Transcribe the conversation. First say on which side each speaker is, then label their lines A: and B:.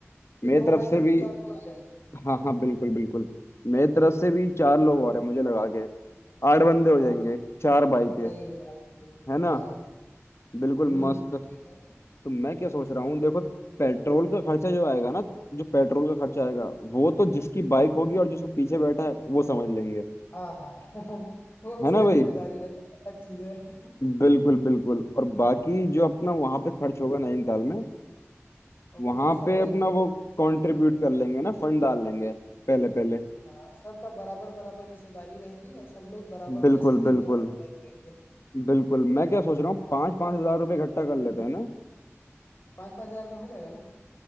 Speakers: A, on the left; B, on the left.
A: कि
B: मेरी
A: दो
B: तरफ
A: बाइक
B: से
A: है
B: भी
A: तो चार लोग आ जाएंगे
B: हाँ हाँ बिल्कुल बिल्कुल मेरी तरफ से भी चार लोग और हैं मुझे लगा के आठ बंदे हो
A: हाँ
B: जाएंगे
A: तो
B: चार बाइक है
A: सही है यार होंगे
B: है ना
A: हाँ
B: बिल्कुल
A: हम्म
B: मस्त
A: हम्म,
B: तो
A: ठीक है
B: मैं क्या सोच रहा हूँ देखो पेट्रोल का खर्चा जो आएगा ना जो पेट्रोल का खर्चा आएगा वो तो जिसकी बाइक होगी और जिसको पीछे बैठा है वो समझ लेंगे
A: हाँ हाँ <laughs> वो उसका
B: है ना भाई
A: जिम्मेदारी रहेगा अलग चीज है
B: बिल्कुल बिल्कुल और बाकी जो अपना वहां पे खर्च होगा नैनीताल में
A: <laughs> और
B: वहां
A: वो सबका
B: पे अपना
A: इक्वल
B: वो कंट्रीब्यूट कर लेंगे ना फंड डाल लेंगे पहले पहले
A: हाँ सबका बराबर बराबर हिस्सेदारी रहेगी और सब लोग बराबर
B: बिल्कुल
A: पैसे देंगे
B: बिल्कुल
A: और इंजॉय करेंगे
B: बिल्कुल मैं क्या सोच रहा हूँ पाँच पाँच हजार रुपये इकट्ठा कर लेते हैं ना
A: पाँच पाँच हजार में हो जाएगा ना